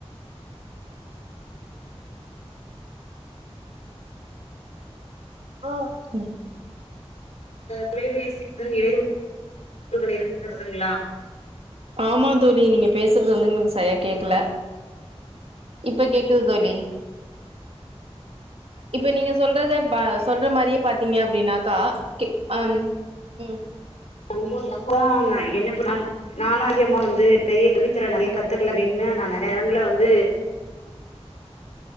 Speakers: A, on the right; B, on the left.
A: ம்
B: தொலைவேசி <inaudible> இ டைவகள் இருக்கிறதுங்களா
A: ஆமா தோலி நீங்க பேசுறது வந்து எங்களுக்கு சரியா கேக்கல இப்ப கேக்குது தோலி இப்ப நீங்க சொல்றத பா சொல்ற மாரியே பாத்தீங்க அப்படின்னாக்கா கே ஆம் ம்
B: கம்மான் நம்பதான் நா என்ன பண்ணாலு நாலாம் அதிகமா வந்து பெரிய வித்தர நறைய கத்துக்கல அப்படின்னு நான் நறைய எடங்கல்ல வந்து